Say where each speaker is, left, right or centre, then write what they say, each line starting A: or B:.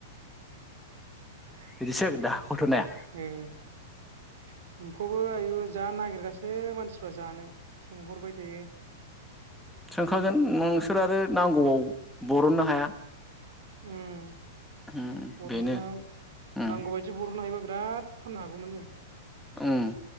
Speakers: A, on the right; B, in the centre.
A: <inaudible>
B: बिदिसो जागोन दा घथ'नाया
A: ए एम्फौबो आयु जा नागिरगासिनो मानसि प्रजानो सोंहरबाय थायो।
B: सोंखागोन नोंसोर आरो नांगौ आव बरननो हाया।
A: होम
B: उम
A: बरननो
B: बेनो उम
A: नांगौबायदि बरननो हायोबा बिराद फानना गौमोन जों।
B: ओम।